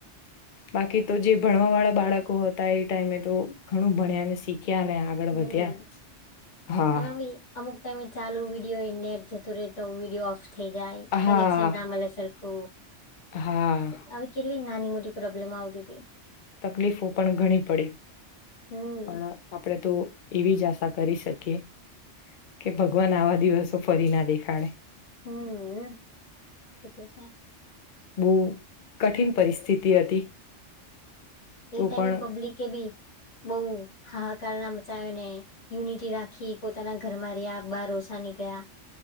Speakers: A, on the left; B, on the left.
A: બાકી તો, જે ભણવા વાળા બાળકો હતા એ ટાઈમે તો ઘણુ ભણ્યાને શીખ શીખ્યા ને આગળ
B: હમ
A: વધ્યા હા
B: એમાં બી અમુક ટાઈમે ચાલુ વિડીયો નેટ જતુ રહે તો વિડીયો ઓફ થઈ જાય
A: હા
B: કનેક્શન ના મલે સર કો
A: હા
B: આવી કેટલી નાની મોટી પ્રોબ્લેમ આવતી તી
A: તકલીફો પણ ઘણી પડી
B: હમ
A: પણ આપણે તો એવી જ આશા કરી શકીએ કે ભગવાન આવા દિવસો ફરી ના દેખાડે
B: હમ એતો છે.
A: બો કઠિન પરિસ્થિતિ હતી. તો
B: એ ટાઈમે
A: પણ
B: પબ્લિક કે બી બોવ હાહાકાર ના મચાવેને યુનિટી રાખી પોતાના ઘરમા રહ્યા બહાર ઓછા નીકળ્યા.